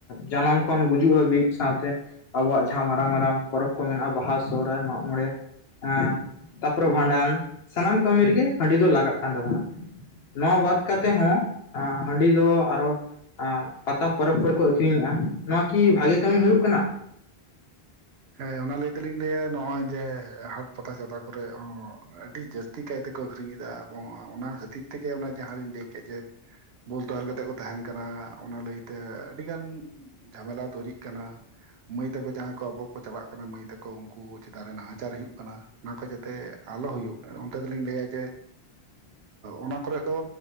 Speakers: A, on the left; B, on the right.
A: ᱡᱟᱱᱟᱢ ᱠᱷᱚᱱ ᱜᱩᱡᱩᱜ ᱦᱟᱹᱵᱤᱡ ᱥᱟᱶᱛᱮ ᱟᱵᱩᱣᱟᱜ ᱡᱟᱦᱟᱸ ᱢᱟᱨᱟᱝ ᱢᱟᱨᱟᱝ ᱯᱚᱨᱚᱵᱽ ᱠᱚ ᱢᱮᱱᱟᱜᱼᱟ ᱵᱟᱦᱟ ᱥᱚᱦᱨᱟᱭ ᱢᱟᱜ ᱢᱚᱬᱮ ᱮᱸ ᱛᱟᱨᱯᱚᱨᱮ ᱵᱷᱟᱸᱰᱟᱱ ᱥᱟᱱᱟᱢ ᱠᱟᱹᱢᱤ ᱨᱮᱜᱮ ᱦᱟᱺᱰᱤ ᱫᱚ ᱞᱟᱜᱟᱜ ᱠᱟᱱ ᱛᱟᱵᱳᱱᱟ ᱱᱚᱣᱟ ᱵᱟᱫ ᱠᱟᱛᱮ ᱦᱚᱸ ᱦᱟᱺᱰᱤ ᱫᱚ ᱟᱨᱚ ᱟᱨ ᱯᱟᱛᱟ ᱯᱚᱨᱚᱵ ᱠᱚᱨᱮ ᱠᱚ ᱟᱹᱠᱷᱨᱤᱧᱮᱫᱼᱟ ᱱᱚᱶᱟ ᱠᱤ ᱵᱷᱟᱜᱤ ᱠᱟᱹᱢᱤ ᱦᱩᱭᱩᱜ ᱠᱟᱱᱟ
B: ᱦᱮᱸ ᱚᱱᱟ ᱞᱟᱹᱭ ᱛᱮᱞᱤᱧ ᱞᱟᱹᱭᱟ ᱱᱚᱜᱼᱚᱭ ᱡᱮ ᱦᱟᱴ ᱯᱟᱛᱟ ᱪᱟᱛᱟ ᱠᱚᱨᱮ ᱦᱚᱸ ᱟᱹᱰᱤ ᱡᱟᱹᱥᱛᱤ ᱠᱟᱭᱛᱮᱠᱚ ᱟᱹᱠᱷᱨᱤᱧᱮᱫᱟ ᱮᱵᱚᱝ ᱚᱱᱟ ᱠᱷᱟᱹᱛᱤᱨ ᱛᱮᱜᱮ ᱚᱱᱟ ᱡᱟᱦᱟᱸᱞᱤᱧ ᱞᱟᱹᱭ ᱠᱮᱫ ᱡᱮ ᱵᱳᱞ ᱛᱟᱞ ᱠᱟᱛᱮᱫ ᱠᱚ ᱛᱟᱦᱮᱱ ᱠᱟᱱᱟ ᱚᱱᱟ ᱞᱟᱹᱭᱛᱮ ᱟᱹᱰᱤ ᱜᱟᱱ ᱡᱷᱟᱢᱮᱞᱟ ᱛᱩᱭᱨᱤᱜ ᱠᱟᱱᱟ ᱢᱟᱹᱭ ᱛᱟᱠᱚ ᱡᱟᱦᱟᱸ ᱠᱚ ᱟᱵᱚ ᱠᱚ ᱪᱟᱞᱟᱜ ᱠᱟᱱᱟ ᱢᱟᱹᱭ ᱛᱟᱠᱚ ᱩᱱᱠᱩ ᱪᱮᱛᱟᱱ ᱨᱮ ᱱᱟᱦᱟᱪᱟᱨ ᱦᱩᱭᱩᱜ ᱠᱟᱱᱟ ᱚᱱᱟ ᱠᱚ ᱡᱟᱛᱮ ᱟᱞᱚ ᱦᱩᱭᱩᱜ ᱚᱱᱛᱮ ᱫᱚᱞᱤᱧ ᱞᱟᱹᱭᱟ ᱡᱮ ᱚᱱᱟ ᱠᱚᱨᱮ ᱫᱚ